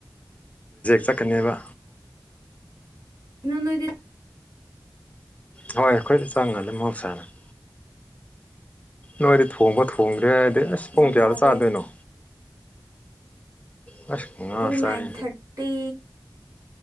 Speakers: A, on the left; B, on the right.
A: ꯆꯠꯀꯅꯦꯕ
B: ꯗꯤ <unintelligible>
A: ꯍꯣꯏ ꯑꯩꯈꯣꯏꯗꯤ ꯆꯪꯉꯈꯔ꯭ꯗꯤ ꯃꯍꯧꯁꯥꯅꯤ ꯫ ꯅꯣꯏꯗꯤ ꯊꯣꯡꯕ ꯊꯣꯡꯗ꯭ꯔꯦ ꯍꯥꯏꯔꯗꯤ ꯑꯁ ꯄꯨꯡ
B: ꯌꯦꯟꯁꯥꯡ
A: ꯀꯌꯥꯗ
B: ꯆꯥꯒꯦ
A: ꯆꯥꯗꯣꯏꯅꯣ? ꯑꯁ ꯉꯥ
B: ꯄꯨꯡ
A: ꯆꯥꯏ
B: ꯅꯥꯏꯟ ꯊꯥꯔꯇꯤ꯫